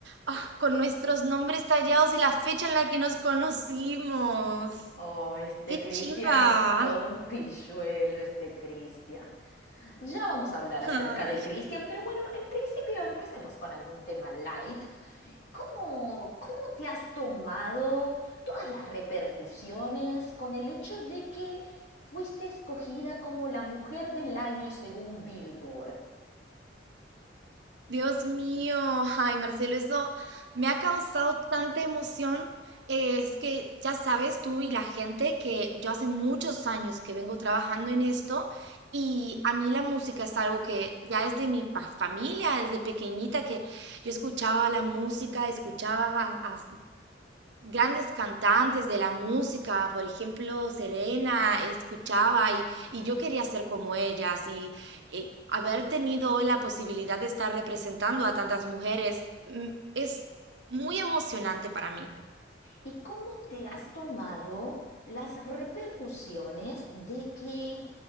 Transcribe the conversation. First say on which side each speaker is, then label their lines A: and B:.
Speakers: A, on the right (about 65°); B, on the left (about 60°).
A: ah, con nuestros nombres tallados y la fecha en la que nos conocimos.
B: Oh, este
A: ¡Qué
B: Cristian
A: chimba!
B: es todo un pilluelo, este Cristian. Ya vamos a hablar acerca
A: Ay,
B: de Cristian, pero bueno, en principio empecemos con algún tema light. ¿Cómo, cómo te has tomado todas las repercusiones con el hecho de que fuiste escogida como la mujer del año según Billboard?
A: Dios mío, ay Marcelo, eso me ha causado tanta emoción. Eh, es que ya sabes tú y la gente que yo hace muchos años que vengo trabajando en esto y a mí la música es algo que ya desde mi pa- familia, desde pequeñita que yo escuchaba la música, escuchaba a- a- grandes cantantes de la música, por ejemplo, Selena, escuchaba y, y yo quería ser como ellas y, eh, haber tenido hoy la posibilidad de estar representando a tantas mujeres mm, es muy emocionante para mí.
B: ¿Y cómo te has tomado las repercusiones de que